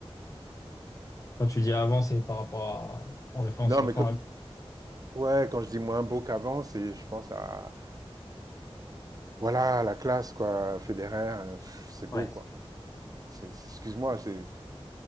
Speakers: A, on the left; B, on the right.
A: Quand tu dis avant, c'est par rapport à, en référence,
B: Non,
A: enfin,
B: mais que- ouais, quand je dis moins beau qu'avant, c'est, je pense à, voilà, la classe, quoi. Federer, euh, pff, c'est beau,
A: ouais.
B: quoi. C'est- c'est- Excuse-moi, c'est